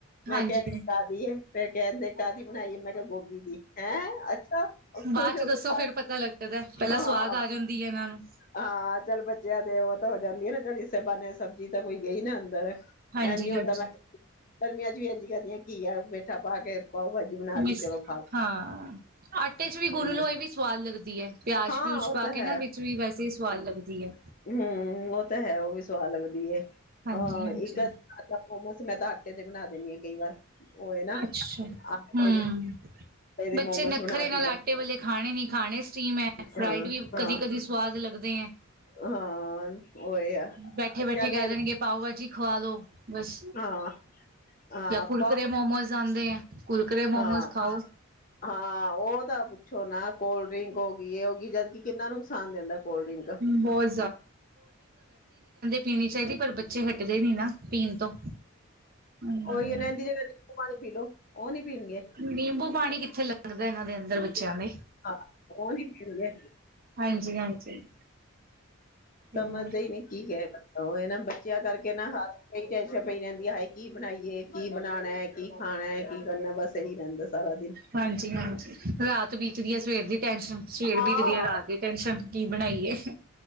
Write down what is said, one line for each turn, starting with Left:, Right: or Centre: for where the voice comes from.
Left: ਮੈਂ
Right: ਹਾਂਜੀ
Left: ਕਿਆ ਐ ਕਾਦੀ ਏ ਫੇਰ ਕੈਂਦੇ ਕਾਦੀ ਬਨਾਈ ਏ ਮੈਂ ਕਿਆ ਗੋਭੀ ਦੀ। ਹੈਂ ਅੱਛਾ ਓ ਖੁਸ਼
Right: ਬਾਅਦ
Left: ਹੋ
Right: ਚ
Left: ਕੇ
Right: ਦੱਸੋ
Left: ਖਾਣ
Right: ਫੇਰ ਪਤਾ ਲੱਗਦਾ ਪਹਿਲਾਂ
Left: ਹਾਂ।
Right: ਸਵਾਦ ਆ ਜਾਂਦੀ ਹੈ ਇਹਨਾਂ ਨੂੰ
Left: ਹਾਂ, ਚੱਲ ਬੱਚਿਆਂ ਦੇ ਓ ਤਾ ਹੋ ਜਾਂਦੀ ਆ ਨਾ ਚੱਲ ਇਸੇ ਬਾਨੇ ਸਬਜ਼ੀ ਤਾਂ ਕੋਈ ਗਈ ਨਾ ਅੰਦਰ।
Right: ਹਾਂਜੀ
Left: ਐਂਜੀ ਹੁੰਦਾ
Right: ਹਾਂਜੀ
Left: ਮੈ ਗਰਮੀਆਂ ਚ ਵੀ ਐਂਜਈ ਕਰਦੀ ਆਂ ਘੀਆ ਪੇਠਾ ਪਾ ਕੇ ਪਾ ਕੇ ਪਾਓ ਭਾਜੀ ਬਨਾ
Right: ਮਿਸ
Left: ਤੀ ਚਲੋ ਖਾ
Right: ਹਾਂ ਆਟੇ ਚ ਵੀ
Left: ਹੂੰ
Right: ਗੁਨ ਲੋ ਏ ਵੀ ਸਵਾਦ ਲੱਗਦੀ ਐ ਪਿਆਜ
Left: ਹਾਂ
Right: ਪਿਊਜ
Left: ਉਹ
Right: ਪਾ
Left: ਤਾਂ
Right: ਕੇ
Left: ਹੈ
Right: ਨਾ ਵਿੱਚ ਵੀ ਵੈਸੇ ਈ ਸਵਾਦ ਲੱਗਦੀ ਐ।
Left: ਹੁੰ ਓ ਤਾ ਹੈ ਓ ਵੀ ਸਵਾਦ ਲੱਗਦੀ ਐ
Right: ਹਾਂਜੀ
Left: ਹਾਂ
Right: ਹਾਂਜੀ
Left: ਇੱਕ ਅੱਛਾ ਮੋਮੋਸ ਮੈ ਤਾ ਆਟੇ ਦੇ ਬਨਾ ਦੇਨੀ ਆ ਕਈ ਵਾਰ। ਉਹ ਏ ਨਾ
Right: ਅੱਛਾ,
Left: ਆਟੇ
Right: ਹੁੰ।
Left: ਦੇ ਆਟੇ ਦੇ
Right: ਬੱਚੇ
Left: ਮੋਮੋਸ
Right: ਨੱਖਰੇ
Left: ਬਣਾ
Right: ਨਾਲ
Left: ਦੀ ਦਾ
Right: ਆਟੇ ਵਾਲੇ ਖਾਣੇ ਨੀ ਖਾਣੇ ਸਟੀਮ ਐ ਫਰਾਈਡ
Left: ਹਾਂ
Right: ਵੀ
Left: ਹਾਂ।
Right: ਕਦੀ ਕਦੀ ਸਵਾਦ ਲੱਗਦੇ ਐਂ।
Left: ਹਾਂ ਉਹੀ ਆ
Right: ਬੈਠੇ ਬੈਠੇ
Left: ਚੱਲ
Right: ਕੈ ਦੇਣਗੇ ਪਾਓ ਭਾਜੀ ਖਵਾ ਦੋ। ਬਸ
Left: ਹਾਂ ਹਾਂ
Right: ਯਾ ਕੁੁਰਕੁਰੇ,
Left: ਪਾਓ
Right: ਮੋਮੋਸ ਆਂਦੇ ਐ ਕੁੁਰਕੁਰੇ,
Left: ਹਾਂ
Right: ਮੋਮੋਸ ਖਾਓ।
Left: ਹਾਂ ਓ ਤਾ ਪੁੱਛੋ ਨਾ ਕੋਲ ਡਰਿੰਕ ਹੋ ਗੀ ਏ ਓ ਗੀ ਜਦਕਿ ਕਿੰਨਾ ਨੁਕਸਾਨ ਦੇਂਦਾ ਕੋਲਡ ਡਰਿੰਕ ਹੁੰ।
Right: ਬਹੁਤ ਪੀਨੀ ਚਾਈਦੀ ਪਰ ਬੱਚੇ ਹੱਟਦੇ ਨੀ ਨਾ ਪੀਨ ਤੋਂ। ਹਮ
Left: ਓਈ ਏ ਏਂਦੀ ਜਗ੍ਹਾ ਨੀਂਬੂ ਪਾਨੀ ਪੀ ਲੋ ਓ ਨੀ ਪੀਨਗੇ।
Right: ਨਿੰਬੂ ਪਾਨੀ ਕਿੱਥੇ ਲੰਗਦਾ ਇਨਾਂ ਦੇ ਅੰਦਰ ਬੱਚਿਆਂ ਦੇ।
Left: ਹਾਂ ਉਹ ਨੀ ਪੀਣਗੇ
Right: ਹਾਂਜੀ, ਹਾਂਜੀ।
Left: ਸਮਜਦੇ
Right: ਹੋਰ
Left: ਈ ਨੀ ਕੀ ਕਰੇ ਬਚ ਓ ਨਾ ਬੱਚਿਆਂ ਕਰਕੇ ਨਾ ਹਰ ਏਈ ਟੈਂਸ਼ਨ ਪਈ ਰੈਂਦੀ ਹਾਏ ਕੀ ਬਣਾਈਏ ਕੀ ਬਣਾਣਾ ਏ ਕੀ ਖਾਣਾ ਏ ਕੀ ਕਰਨਾ ਬਸ। ਇਹੀ ਰਹਿੰਦਾ ਸਾਰਾ ਦਿਨ
Right: ਹਾਂਜੀ ਹਾਂਜੀ ਰਾਤ ਬੀਤਦੀ ਐ ਸਵੇਰ ਦੀ ਟੈਂਸ਼ਨ ਸਵੇਰ
Left: ਹਾਂ
Right: ਬੀਤਦੀ ਐ ਰਾਤ ਦੀ ਟੈਸ਼ਨ ਕੀ ਬਣਾਈਏ?